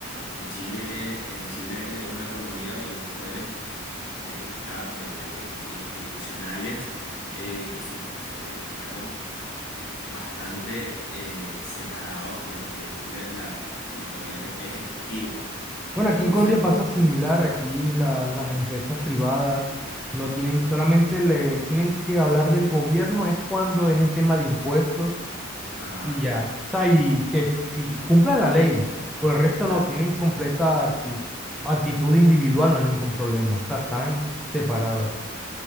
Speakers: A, on the left; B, in the centre.
A: En Chile, en Chile es una economía y unos poderes del esta- de, de- de- institucionales, eh, su- se- digamos, bastante eh, separados de lo que es la- la- el poder ejecutivo.
B: Bueno,
A: Entonces,
B: aquí en Colombia pasa similar, aquí la- las empresas privadas no tienen, solamente le tienen que hablar del gobierno, es cuando es en tema de impuestos
A: ajá,
B: y ya. O sea, y que si cumplan la ley, por el resto
A: claro.
B: no, tienen completa acti- actitud individual, no hay ningún problema, o sea, están separadas.